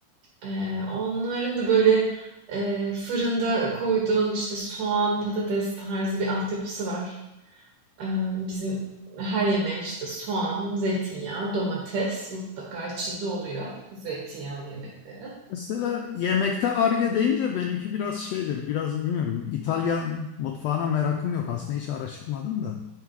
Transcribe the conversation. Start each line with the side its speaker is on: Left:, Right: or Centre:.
Right: Eee, onların da, böyle, eee, fırında koyduğun, işte, soğan, patates tarzı bir altyapısı var. Eee, bizim her yemeğe, işte, soğan, zeytinyağı, domates mutlaka içinde oluyor zeytinyağlı yemeklerin.
Left: Mesela yemekte arge deyince benimki biraz şeydir, biraz bilmiyorum. İtalyan mutfağına merakım yok. Aslında hiç araştırmadım da.